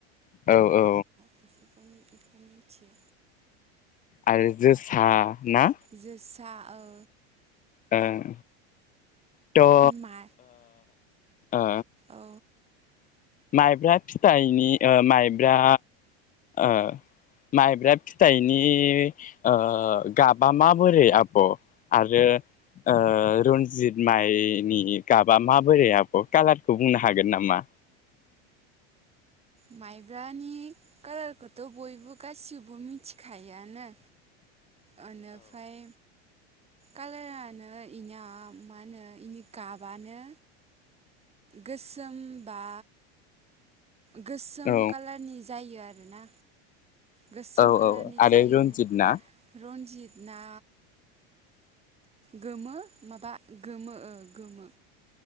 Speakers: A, on the left (about 25°); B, on the right (about 20°).
A: औ औ
B: बेफोरखौ बेखौ मिथियो
A: आरो जोसा ना?
B: जोसा ओ
A: ओं त' ओ
B: मा
A: ओ
B: औ
A: माइब्रा फिथाइनि ओ माइब्रा ओ माइब्रा फिथाइनि ओ गाबा माबोरै आब'? आरो ओ रन्जित माइनि गाबा माबोरै आब' कालारखौ बुंनो हागोन नामा?
B: माइब्रानि कालारखौथ' बयबो गासिबो मिथिखायोआनो
A: <inaudible>
B: ओनिफ्राय कालारानो इना मा होनो इनि गाबानो गोसोम बा गोसोम
A: औ
B: कालारनि जायो आरोना? गोसोम
A: औ
B: कालारनि
A: औ आरो
B: जायो
A: रन्जित ना
B: रन्जित ना गोमो माबा गोमो ओ गोमो।